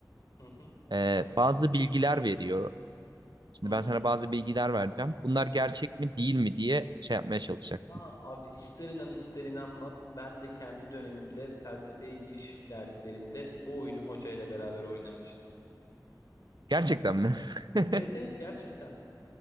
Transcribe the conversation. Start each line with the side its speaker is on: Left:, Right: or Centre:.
Left: Hı hı,
Right: Eee, bazı bilgiler veriyor. Şimdi
Left: hı hı.
Right: ben sana bazı bilgiler vereceğim. Bunlar gerçek mi değil mi diye şey yapmaya çalışacaksın.
Left: Aa, abi ister inan ister inanma ben de kendi dönemimde felsefeye giriş derslerinde bu oyunu hoca ile beraber oynamıştım.
Right: Gerçekten mi? <laughs>
Left: Evet evet gerçekten.